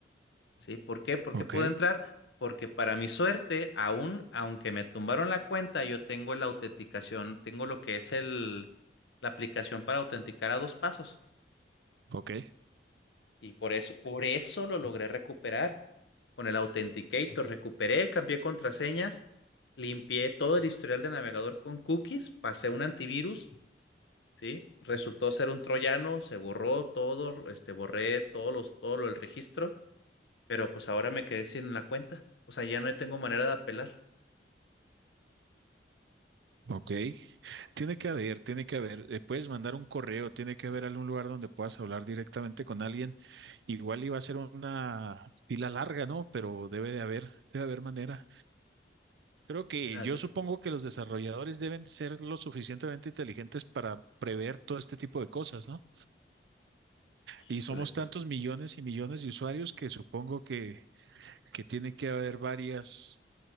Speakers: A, on the left; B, on the right.
A: ¿Sí? ¿Por qué? ¿Por
B: Ok,
A: qué pude entrar? Porque para mi suerte, aún, aunque me tumbaron la cuenta, yo tengo la autenticación, tengo lo que es el, la aplicación para autenticar a dos pasos.
B: ok,
A: Y por eso, por eso lo logré recuperar. Con el Authenticator recuperé, cambié contraseñas, limpié todo el historial de navegador con cookies, pasé un antivirus, ¿sí? Resultó ser un troyano, se borró todo, este, borré todos los, todo lo, el registro, pero pues ahora me quedé sin la cuenta. O sea, ya no tengo manera de apelar.
B: ok. Tiene que haber, tiene que haber. eh, puedes mandar un correo, tiene que haber algún lugar donde puedas hablar directamente con alguien. Igual iba a ser una fila larga, ¿no? Pero debe de haber, debe haber manera. Creo que
A: Ah,
B: yo
A: es
B: supongo
A: que no sé.
B: que los desarrolladores deben ser lo suficientemente inteligentes para prever todo este tipo de cosas, ¿no? Y
A: Híjole,
B: somos
A: pues,
B: tantos millones y millones de usuarios que supongo que, que tiene que haber varias,